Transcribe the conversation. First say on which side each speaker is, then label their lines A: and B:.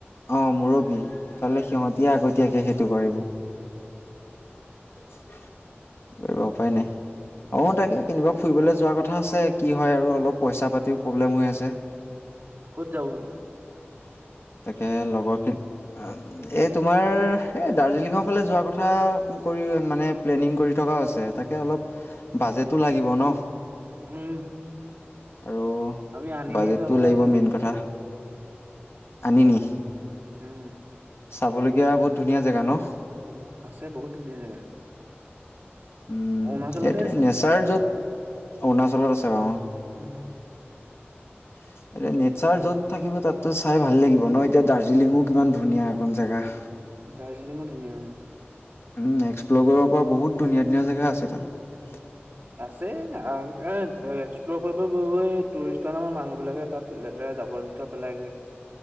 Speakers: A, on the left; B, on the right.
A: অহ মুৰব্বী, ইফালে সিহঁতিহে আগতীয়াকে সেইটো কৰিব। কৰিব উপায় নাই অহ তাকে, কেনিবা ফুৰিবলৈ যোৱা কথা আছে, কি হয় আৰু অলপ পইচা পাতিও প্ৰব্লেম হৈ আছে
B: ক'ত যাব নো?
A: <inaudible> তাকেই লগৰখিনি, অ', এই তোমাৰ এই দাৰ্জিলিঙৰ ফালে যোৱা কথা ফুৰিবলৈ মানে প্লেনিং কৰি থকা হৈছে, তাকেই অলপ বাজটো লাগিব ন'
B: উম।
A: আৰু
B: আমি আনি
A: বাজেটটো
B: নি যোৱা কথা
A: লাগিব
B: আছিলে
A: মেইন কথা আনিনি।
B: উম
A: চাবলগীয়া বহুত ধুনীয়া জেগা ন'?
B: আছে, বহুত ধুনীয়া জেগা।
A: উম,
B: অৰুণাচলতহে
A: এইটোৱে
B: আছে।
A: নেচাৰ য'ত, অৰুণাচলত আছে বাৰু
B: উম।
A: <inaudible> এতিয়া নেচাৰ য'ত থাকিব তাততো চাই ভাল লাগিব ন', এতিয়া দাৰ্জিলিঙো কিমান ধুনীয়া এখন জেগা।
B: দাৰ্জিলিঙো ধুনীয়া অ'।
A: উম, এক্সপ্ল'ৰ কৰিব পৰা বহুত ধুনীয়া ধুনীয়া জেগা আছে তাত।
B: আছে আৰু এই এক্সপ্ল'ৰ কৰিব গৈ গৈ, এই টুৰিষ্টৰ নামত মানুহবিলাকে তাত লেতেৰা জাবৰ জোথৰ পেলাইগৈ।